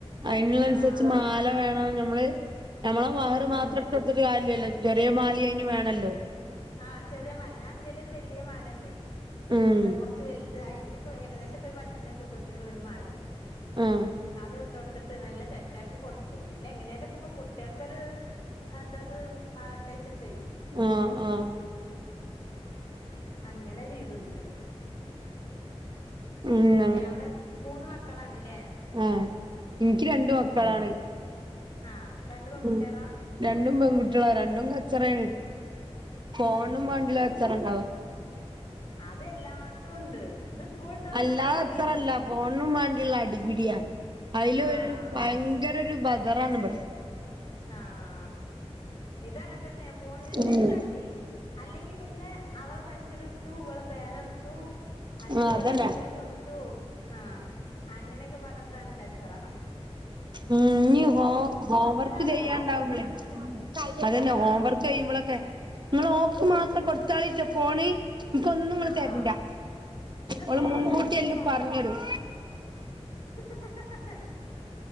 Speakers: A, on the right; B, on the left.
A: അതിനനുസരിച്ച്
B: ആഹ്
A: മാല വേണം നമ്മള് ഞമ്മള മഹറ്
B: ആഹ്
A: മാത്രം ഇട്ടോടുത്തിട്ട് കാര്യല്ല്യല്ലോ. ചെറിയ മാലി അയിന് വേണല്ലോ.
B: ആഹ് ചെറിയ മാല ഞാൻ ഇന്റെലൊരു വലിയ മാല ഉണ്ട്
A: ഉം
B: എന്താ കുറ- ച്ച് വെൽത്. അയിനിക്കൊക്കെ ഏകദേശൊക്കെ പറ്റണ രൂപത്തിലുള്ള ഒരു മാലണ്ട്
A: ആഹ്
B: അത് ട്ടോട്ത്തിട്ട് വെല്ലെ സെറ്റാക്കി കൊട്ത്ത്. അല്ല എങ്ങനേലും ഒക്കെ ഇപ്പൊ കുട്ടികയാക്കൊരു എന്താത് ആട്ടേച്ചിട്ടെയ്
A: ആഹ് ആഹ്
B: അങ്ങനെ ചെയ്ത് ഒന്ന്
A: ഉം
B: വിടെ മൂന്ന് മക്കളാണല്ലേ
A: യേ ഇൻക്ക് രണ്ട് മക്കളാണ്.
B: ആഹ് രണ്ട് പെൺകുട്ടികളാ
A: ഉം രണ്ടും പെൺകുട്ടികളാ രണ്ടും കച്ചറേണ് ഫോണിനും മാണ്ടിള്ള കച്ചാറണ്ടാവും
B: അതെല്ലാടിത്തും ഉണ്ട് ഇത് സ്കൂൾ വിട്ട് വന്നാ
A: അല്ലാതെ
B: ഫോൺ
A: കച്ചറല്ല
B: ചോദിക്കും
A: ഫോണിനും വേണ്ടിയുള്ള അടിപിടിയാ, അയിൽ
B: ആഹ്
A: ഒ രു ഭയങ്കര ഒരു ബദറാണ് ഇവിടെ
B: ആഹ് ഇതങ്ങനതന്നെ ഫോണിന് തന്നെയാണ്
A: ഉം
B: തല്ല് അല്ലെങ്കിൽ പിന്നെ അവളെ പെൻസിൽ ഇട്ത്തു വളെ പേന ഇട്ത്തു. അല്ലെങ്കിൽ
A: ആഹ് അതന്നെ
B: വേറെ എന്തേങ്കലും എടുത്തു ആ അങ്ങനെയൊക്കെ പറഞ്ഞിട്ടാണ് കച്ച ചറ <unintelligible>
A: ഉം ഇനി ഹോം ഹോംവർക്ക്
B: ഒരാൾക്ക്
A: ചെയ്യാണ്ടാവുമ്പോളെ
B: ഫോൺ കൊടുക്കാൻ പറ്റൂല
A: അതന്നെ
B: ആഹ്
A: ഹോംവർക്ക് കഴിയുമ്പോളൊക്കെ ഇങ്ങള് ഓക്ക് മാത്രം കൊടുത്താളിട്ടാ ഫോണ്. എനിക്ക് ഒന്നും ഇങ്ങള്
B: ആഹ്
A: തരണ്ടാ
B: ഇത്
A: ഓള്
B: നോട്ടട്ടച്ചിട്ടുണ്ടോ
A: മുൻകൂട്ടി എല്ലാം പറഞ്ഞു തരും
B: ഹ്ഹ്ഹ്